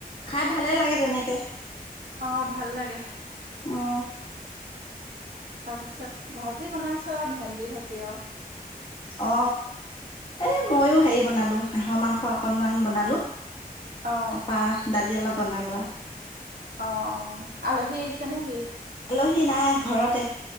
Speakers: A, on the left (about 35°); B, on the right (about 80°).
A: খাই ভালে লাগে। তেনেকে
B: অ ভাল লাগে।
A: অঁ।
B: তাৰপিছত ভাজি বনাইছো আৰু ভেন্দি ভাজি আৰু।
A: অ এ মইয়ো হেৰি বনালো হাঁহৰ মাংস অকনমান বনালো।
B: অ'।
A: তাৰপা দালি অলপ বনালো আৰু।
B: অ অ আলহী আহিছে নেকি?
A: আলহী নাই ঘৰতে।